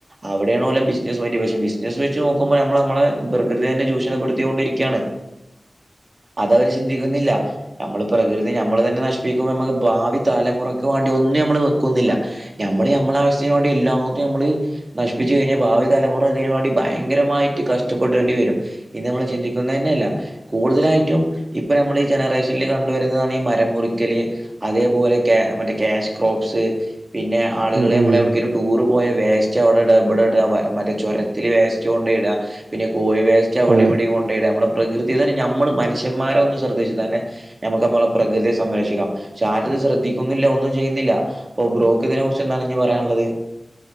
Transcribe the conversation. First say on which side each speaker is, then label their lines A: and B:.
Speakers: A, on the right; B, on the right.
A: അവിടെ ആണ് ഓലെ ബിസിനസ്സ് മൈന്റ് പക്ഷെ ബിസനസ്സ് നോക്കുമ്പോൾ നമ്മൾ നമ്മെ പ്രകൃതിയേ തന്നെ ചൂഷണപ്പെടുത്തിൊണ്ടിരിക്കുകയാണ് അത അവര് ചിന്തിക്കുന്നില്ല നമ്മള് പ്രകൃതി നമ്മൾ തന്നെ നശിപ്പിക്കുമ്പോൾ നമ്മൾ ഭാവി തലമുറക്ക് വേണ്ടി ഒന്നും നമ്മ വെക്കുന്നില്ല ന്നില്ല നമ്മള് നമ്മെ ആവശ്യത്തിന് വേണ്ടി എല്ലാതും നമ്മള് നശിപ്പിച്ചു കഴിഞ്ഞ ഭാവി തലമുറ ഇതിനുവേണ്ടി ഭയങ്കരമായിട്ട് കഷ്ടപ്പെടേണ്ടി വരും ഇത് ഞമ്മൾ ചിന്തിക്കുന്നനെല്ല കൂടുതലായിട്ടും ഇ നമ്മൾ ഈ ജനറേഷനിൽ കണ്ടുവരുന്നതാണ് ഈ മരം മുറിക്കൽ അതേപോലെ കെ മറ്റേ ക്യാഷ് ക്രോപ്സ് പിന്നെ ആളുകള്
B: ഉം
A: നമ്മൾ
B: ഉം
A: എവിടുക്കേലും ടൂർ പോയ പോയ വേസ്റ്റ് അവിടെ ഇട ഇവിടെ ഇട മറ്റേ ചുരത്തിൽ വേസ്റ്റ് കൊണ്ടടാ പിന്നെ കോഴി വൈസ്റ്റ്‌ അവിടെ
B: അതെ
A: ഇവടേം കൊണ്ടോയിടാ നമ്മള് പ്രകൃതിയ തന്നെ നമ്മള് മനുഷ്യന്മാരെ ഒന്ന്ന് ശ്രദ്ധിച്ച തന്നെ നമുക്ക് നമ്മളെ പ്രകൃയെ സംരക്ഷിക്കാം പക്ഷെ ആരും ശ്രദ്ധിക്കുന്നില്ല ഒന്നും ചെയ്യുന്നില്ല അപ്പൊ ബ്രോക്ക് ഇതിനെ കുറിച്ച് എന്താണ് ഇനി പറയാനുള്ളത്